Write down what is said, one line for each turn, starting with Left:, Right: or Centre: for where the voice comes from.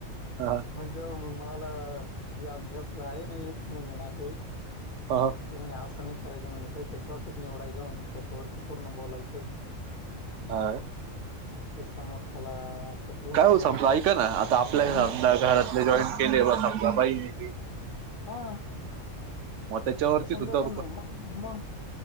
Right: ह
Left: म्हणजे मग मला जे आमच्या आहे ना एक म्हणज ना ते
Right: ह!
Left: ते म्हणे असं नाही करायचं म्हणे काहीतरी टॉपिक निवडायचं म्हणे त्याच्यावरती पूर्ण बोलायचं.
Right: ह!
Left: ती समोरच्याला. पटवून
Right: काय हो
Left: किंवा
Right: समजा
Left: आपण
Right: ऐका ना आता आपल्या
Left: हम्म
Right: समजा घरातले जॉईन केले ब समजा बा म
Left: हा
Right: त्याच्यावरती
Left: तिचा संघ
Right: सुद्धा
Left: बनव मग मग,